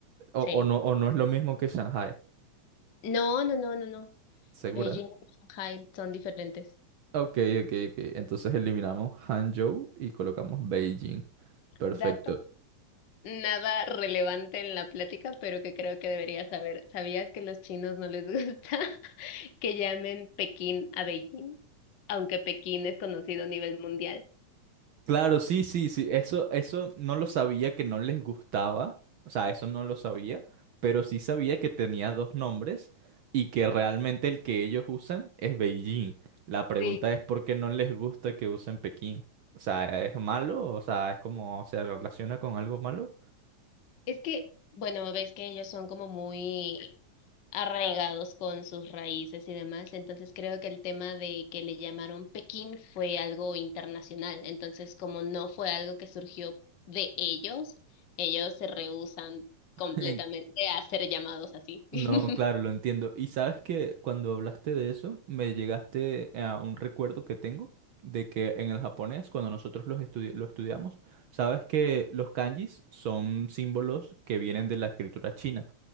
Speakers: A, on the right (about 75°); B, on the left (about 50°).
A: O,
B: sí.
A: o no, o no es lo mismo que Shanghai,
B: No, no, no, no, no.
A: ¿segura?
B: Beijing y Shanghai son diferentes.
A: Ok, ok, ok. Entonces eliminamos Hangzhou y colocamos Beijing. Perfecto.
B: Dato. Nada relevante en la plática, pero que creo que deberías saber. ¿Sabías que los chinos no les gusta <laughs> que llamen Pekín a Beijing? Aunque Pekín es conocido a nivel mundial.
A: Claro, sí, sí, sí, eso, eso no lo sabía que no les gustaba, o sea, eso no lo sabía, pero sí sabía que tenía dos nombres y que realmente el que ellos usan es Beijing. La pregunta
B: Sí.
A: es por qué no les gusta que usen Pekín. O sea, ¿es malo? O sea, ¿es como se relaciona con algo malo?
B: Es que, bueno, ves que ellos son como muy arraigados con sus raíces y demás, entonces creo que el tema de que le llamaron Pekín fue algo internacional, entonces como no fue algo que surgió de ellos, ellos se rehúsan completamente
A: <laughs>
B: a ser llamados así.
A: No,
B: <laughs>
A: claro, lo entiendo. Y sabes que cuando hablaste de eso, me llegaste a un recuerdo que tengo de que en el japonés, cuando nosotros los estudi- lo estudiamos, sabes que los kanjis son símbolos que vienen de la escritura china.